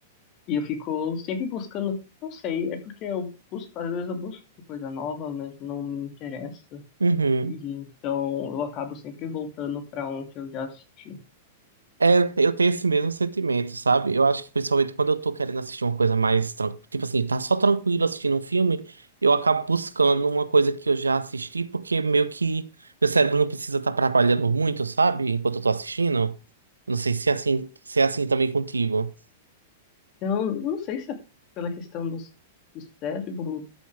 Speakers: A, on the left; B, on the right.
A: e eu fico sempre buscando, não sei, é porque eu busco, às vezes eu busco coisa nova, mas não me interessa.
B: Uhum.
A: E então eu acabo sempre voltando para um que eu já assisti.
B: É, eu tenho esse mesmo sentimento, sabe? Eu acho que principalmente quando eu tô querendo assistir uma coisa mais, tran- tipo assim, tá só tranquilo assistindo um filme, eu acabo buscando uma coisa que eu já assisti, porque meio que meu cérebro não precisa estar trabalhando muito, sabe? Enquanto eu tô assistindo. Não sei se é assim, se é assim também contigo.
A: eu não sei se é pela questão dos- do cérebro,